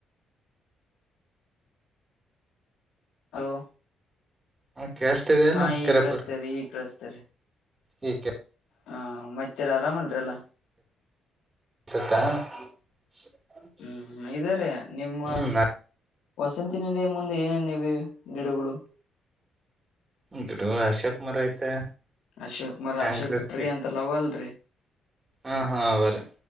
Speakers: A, on the left; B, on the right.
A: ಹಲೋ
B: <inaudible>
A: ಹಾ ಈಗ
B: ಕರಿಯಪ್ಪ
A: ಕಳಿಸ್ತಾ
B: ಅವ್ರೆ
A: ಇದೆ ಈಗ ಕಳಸ್ತಾ ಇದೆ
B: <inaudible>
A: ಹಾ ಮತ್ತರ ಆರಾಮಲ್ರಿ ಯಲ್ಲ
B: ಸತ <inaudible>
A: ಹ್ಮ್ ಇದರಿ ನಿಮ್ಮ
B: ಹ್ಮ್ ನಾ
A: ವಸಂತಿನಿಲಯ ಮುಂದೆ ಏನ ಏನ್ ನೀವಿ ಗಿಡುಗಳು
B: ಇದು ಅಶೋಕಮರ ಐತೆ
A: ಅಶೋಕಮರ
B: ಕಾಂಕ್ರೀಟ್
A: ಅಶೋಕ ಟ್ರೀ ಅಂತರಲ್ಲಿ ಅವ ಅಲ್ರಿ
B: ಹ ಹಾ ಅವ್ರೀ